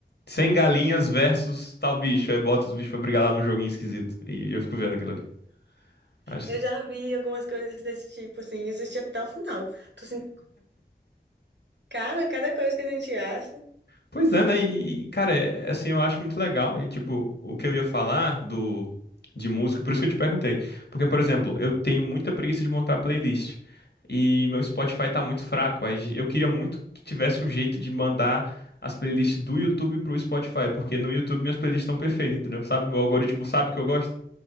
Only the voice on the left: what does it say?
100 galinhas versus tal bicho. Aí bota os bichos pra brigar lá num joguinho esquisito. E eu fico vendo aquilo ali. Acho
Pois é, né? E, e, cara, é, é assim, eu acho muito legal. E, tipo, o que eu ia falar do de música, por isso que eu te perguntei. Porque, por exemplo, eu tenho muita preguiça de montar playlist. E meu Spotify tá muito fraco. Aí ge- eu queria muito que tivesse um jeito de mandar as playlists do YouTube pro Spotify. Porque no YouTube minhas playlists estão perfeitas, entendeu? Sabe? O algoritmo sabe que eu gosto.